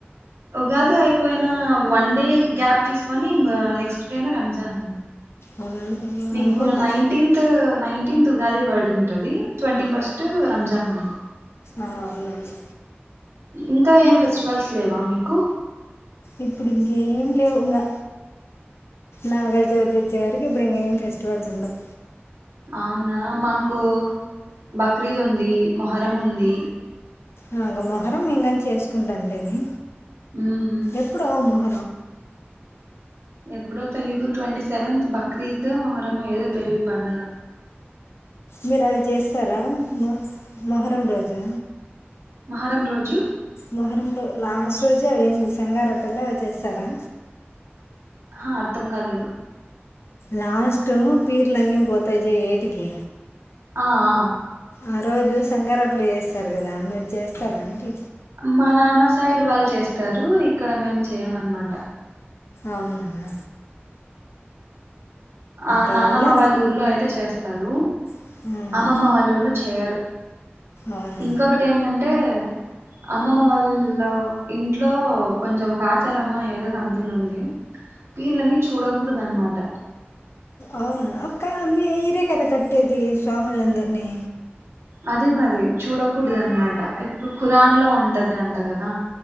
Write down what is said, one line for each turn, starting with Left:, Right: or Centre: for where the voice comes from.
Right: ఉగాది అయిపోయిన వన్ డే గ్యాప్ తీసుకొని ఇంకా నెక్స్ట్ డేనే రంజాన్
Left: అవునా
Right: మీకు
Left: అనుకుంటా
Right: నైన్టీన్త్ నైన్టీన్త్ ఉగాది వర్డింటది ట్వంటీ ఫస్ట్ రంజాన్ ఉంది
Left: ఆ అవును అవును
Right: ఇంకా ఏం ఫెస్టివల్స్ లేవా మీకు
Left: ఇప్పుడు ఇంకేం లేవు ఇంకా నాగల చవితి వచ్చేవరకు ఇప్పుడు ఇంకేం ఫెస్టివల్స్ ఉండవు
Right: అవునా మాకు బక్రీద్ ఉంది మొహరం ఉంది
Left: నాగ మొహరం మేము గానీ చేసుకుంటాం
Right: మ్మ్
Left: ఎప్పుడు ఆవు మొహ
Right: ఎప్పుడో తెలిదు ట్వంటీ సెవెంత్ బక్రీదు ఓ మోహరము ఏదో తెలీదు పండుగ
Left: మీరు అవి చేస్తారా మ మొహరం రోజు
Right: మహరం రోజు
Left: మొహరం లో లాస్ట్ రోజు అవి సంగార రొట్టెలు చేస్తారా
Right: ఆ అర్థం కాలేదు
Left: లాస్ట్ పీర్లు అన్నీ పోతాయి జె ఏటికి
Right: ఆ ఆ
Left: ఆ రోజు సంగరట్లు చేస్తారు కదా మీరు చేస్తారా అంటి
Right: మా నాన్న సైడ్ వాళ్ళు చేస్తారు ఇక్కడ మేము చేయమ్ అనమాట
Left: అవునా
Right: ఆ
Left: టౌన్లో
Right: నానమ్మ వాళ్ళ ఊర్లో అయితే చేస్త్ తరు
Left: అంత
Right: అమ్మమ్మ వాళ్ళళ్ళు చేయరు
Left: అవునా
Right: ఇంకొకటి ఏంటంటే అమ్మమ్మ వాళ్ళ ఇంట్లో కొంచెం కాచారమా ఏదో సం ఉంది పీర్లని చూడకూడదు అనమాట <inaudible>
Left: అవును అక్క మీరే కదా కట్టేది స్వామిలందరిని
Right: అదే మరి చూడకూడదు అనమాట ఎప్పుడు ఖరాన్ లో ఉంటది అంట కదా